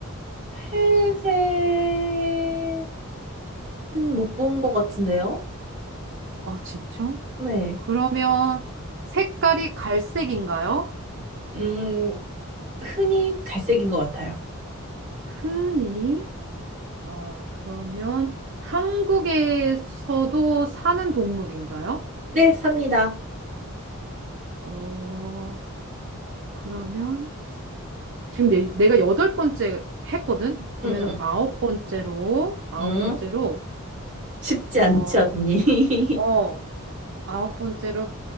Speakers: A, on the right (about 35°); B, on the right (about 55°).
A: 회색은 못 본 것 같은데요?
B: 아, 진짜?
A: 네.
B: 그러면 색깔이 갈색인가요?
A: 음, 흔히 갈색인 것 같아요.
B: 흔히? 아, 그러면 한국에서도 사는 동물인가요?
A: 네, 삽니다.
B: 어, 그러면 지금 내, 내가 여덟 번째 했거든? 그러면
A: 응, 응.
B: 아홉 번째로, 아홉
A: 응?
B: 번째로,
A: 쉽지
B: 어,
A: 않지, 언니? <laughs>
B: 어, 아홉 번째로,